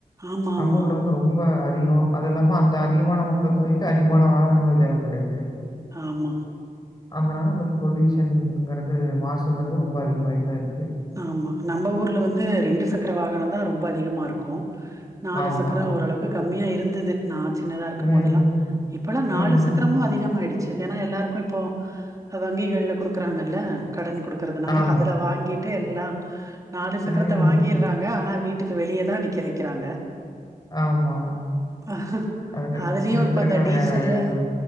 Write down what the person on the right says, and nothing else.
ஆமா
ஆமா
ம்
ஆமா
ஆமா நம்ம ஊர்ல வந்து ரெண்டு சக்கர வாகனந்தா ரொம்ப அதிகமா இருக்கு நாலு
சக்கரோ ஓரளவுக்கு கம்மியா இருந்தது நா சின்னதா இருக்கும்போதெல்லா
இப்பல்லா
நாலு
சக்கரமு
அதிகமாயிடு ச்சு ஏனா எல்லாருக்கு இப்போ வங்கிகள்ல குடுக்கறாங்கல்ல கடன் குடு க்கறதுனால
அதுல வாங்கிட்டு எல்லா நாலு சக்கரத்த
வாங்கிர்றாங்க ஆனா வீ ட்டுக்கு வெளியதா நிக்க வெக்கிறாங்க
அ
அதுலயு
இப்ப அந்த டீசலு